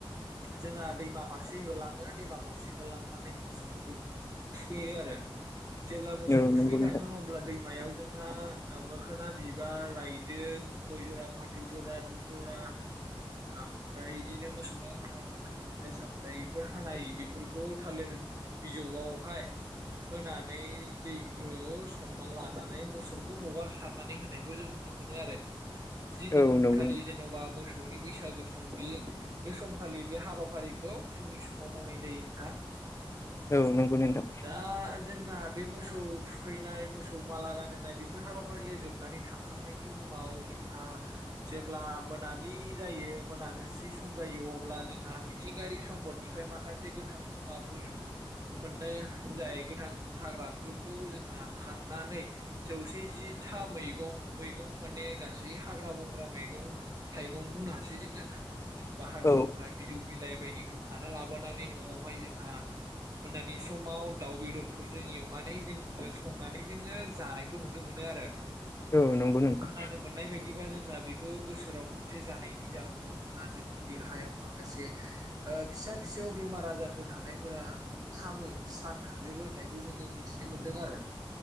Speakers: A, on the right; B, on the left.
A: जोंहा दैमा फारसे होलाङो दैमा फारसे होलांनानै मोसौखौ थुखोयो आरो। जेब्ला मोसौखौ
B: औ नंगौ
A: थुफैखागोन
B: नोंथां
A: अब्ला दैमायाव। जोंहा ओ मोखोना बिबार रायदों गय जरा फाथै जरा दुभ जरा। ओमफ्राय बिदिनो मोसौनो गोनां माखासे फिथाइ सामथायाइफोर हानाय बेफोरखौ थालिर बिजौआवहाय होनानै दैखौ सनमान लानानै मोसौखौ हगार सारनानै होनायखौ जों नुनो मोनो आरो। जिदिन
B: औ नंगौ
A: खालि
B: नोंथां
A: जेन'बा मोसौ नि बैसागु बैसागु समनि बे समखालि बे हाबाफारिखौ फुंनि समाव मावनाय जायो नोंथां
B: औ नंगौ नोंथां
A: दा जोंहा बे मोसौ थुखैनाय मोसौ माला गानहोनाय बेफोर हाबाफारिया जोबनानै थांखांनायनि उनाव जोंहा जेब्ला मोनाबिलि जायो मोनानोसै सम जायो अब्ला जोंहा मिथिंगायारि सम्पद बेनिफ्राय माखासे गोथां मुवाफोर मोनो जाय गोथां हाग्राफोरखौ जोंहा खांनानै जौसे जिथा मैगं मैगं माने गासै हाग्रा बंग्रा मैगं थाइगं बुंनो हासै जोङो जेन'बा हाग्रा
B: औ
A: बंग्रा बिजौ बिलाइ बायदि बिखौ खाना लाबोनानै न'आवहाय जोंहा मोनानि समाव दाउ बेदरफोरजों एवनानै जों संनानै जोङो जानायखौ नुनो मोनो आरो
B: औ नंगौ नोंथां
A: खोनानो मोननाय बायदिबा जों जोंहा बेखौ बोसोराव खनसे जानायनि जाउनाव जोंहा जोंनि देहायाव माखासे फिसा फिसौ बेमार आजार बेरामफोर थानायफोरा हामो स्रां थांजोबो होननायखौ जोङो मिथिनो मोनो दङ आरो